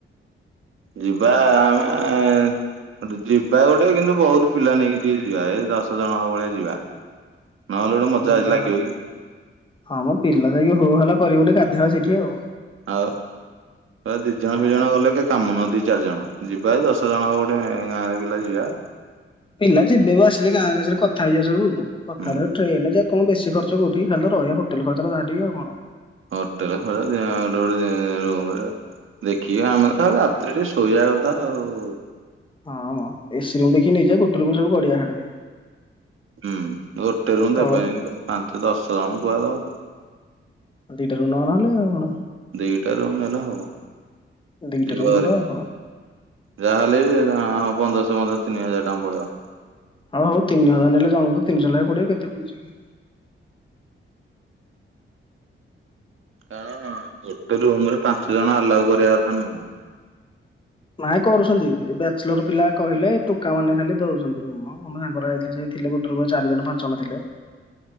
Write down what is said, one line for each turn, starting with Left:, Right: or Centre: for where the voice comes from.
Right: ଯିବା ଆମେ ଗୋଟେ ଯିବା ଗୋଟେ କିନ୍ତୁ ବହୁତ ପିଲା ନେଇକି ଯି ଯିବା ଏଇ ଦଶ ଜଣ ହବ ଭଳିଆ ଯିବା। ନହେଲେ ଗୋଟେ ମଜା
Left: ଯିବା
Right: ଆଜି ଲାଗିବ
Left: ଆଉ।
Right: କି?
Left: ହଁ ମୋ ପିଲା ଯାଇକି ହୋ ହଲା କରିକି ଗୋଟୋ ଗାଧେଇବା ସେଠି ଆଉ।
Right: ହଉ। ଦି ଜଣ
Left: ହଁ।
Right: ଦି ଜଣ ଗଲେ କି କାମ ନୁହଁ ଦି ଚାରି ଜଣ ଯିବା ଦଶ ଜଣ ହଉ ଗୋଟେ ଗାଁର ପିଲା ଯିବା।
Left: ପିଲା ଯିବେ ବା ଆସିଲେ ଗାଁରେ କଥା ହେଇଯିବା ସବୁ କଥା
Right: ହୁଁ
Left: ହେ ଟ୍ରେନ କଣ ବେଶୀ ଖର୍ଚ୍ଚ କୋଉଠି ଖାଲି ତ ରହିବା ହୋଟଲ ଖର୍ଚ୍ଚଟା ଯାହା ଟିକେ ଆଉ କଣ।
Right: ହୋଟେଲ <unintelligible> ରୁମରେ। ଦେଖିବା ଆମେ ତ ରାତି ଟିକେ ଶୋଇବା କଥା ଆଉ।
Left: ହଁଁ ମ ଏସି ରୁମ ଦେଖି ନେଇଯିବା ଗୋଟେ ରୁମରେ ସବୁ ଗଡିଵା ହେଟେ।
Right: ହୁଁ ଗୋଟେ ରୁମ
Left: ତଳ
Right: ଦେବେ ପାଞ୍ଚ ଦଶ ଜଣ କୁଅଡେ ହେବ।
Left: ଡିଟା ରୁମ୍ ନେବା ନହେଲେ ଆଉ କଣ?
Right: ଦିଟା ରୁମ୍ ନେଲେ ହବ
Left: ଦିଟା
Right: ଯିବା
Left: ରୁମ ନବା ଆଉ କଣ
Right: ଯାହାହେଲେ ବି ପନ୍ଦରଶହ ପନ୍ଦରଶହ ତିନି ହଜାର ଟଙ୍କା ପଳେଇବ।
Left: ହଉ ହଉ ତିନିହଜାର ନେଲେ ଜଣକୁ ତିନିଶହ ଲେଖା ପଡିବ କେତେ ପଡୁଛି କି।
Right: କାରଣ ଗୋଟେ ରୁମରେ ପାଞ୍ଚ ଜଣ ଆଲାଉ କରିବା କଥା ନୁହଁ।
Left: ନାଇ କରୁଛନ୍ତି ଏ ବ୍ୟାଚଲର ପିଲା କହିଲେ ଟୋକା ମାନେ ଖାଲି ଦଉଛନ୍ତି। ହଁ ଆମ ସାଙ୍ଗରା ଯାଇଥିଲେ ସେ ଥିଲେ ଗୋଟେ ରୁମରେ ଚାରି ଜଣ ପାଞ୍ଚ ଜଣ ଥିଲେ।